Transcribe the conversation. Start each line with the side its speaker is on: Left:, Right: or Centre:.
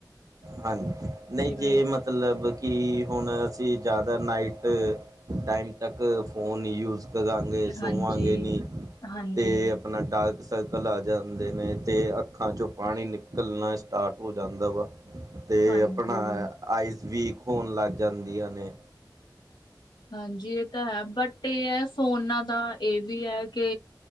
Right: ਹਾਂਜੀ, ਨਹੀਂ
Left: ਜਿਵੇਂ
Right: ਜੇ ਮੱਤਲਬ ਕਿ ਹੁਣ ਅਸੀਂ ਜ਼ਿਆਦਾ ਨਾਈਟ ਟਾਈਮ ਤੱਕ ਫੋਨ ਯੂਜ਼ ਕਰਾਂਗੇ
Left: ਹਾਂਜੀ
Right: ਸੋਵਾਂਗੇ ਨਹੀਂ
Left: ਹਾਂਜੀ
Right: ਤੇ ਆਪਣਾ ਡਾਰਕ ਸਰਕਲ ਆ ਜਾਂਦੇ ਨੇ ਤੇ ਅੱਖਾਂ ਚੋਂ ਪਾਣੀ ਨਿਕਲਣਾ ਸਟਾੱਰਟ ਹੋ ਜਾਂਦਾ ਵਾ, ਤੇ
Left: ਹਾਂਜੀ
Right: ਆਪਣਾ ਆਈਜ਼ ਵੀਕ ਹੋਣ ਲੱਗ ਜਾਂਦੀਆਂ ਨੇ।
Left: ਹਾਂਜੀ, ਇਹ ਤਾਂ ਹੈ ਬੱਟ ਇਹ ਹੈ ਫੋਨਾਂ ਦਾ ਇਹ ਵੀ ਹੈ ਕੇ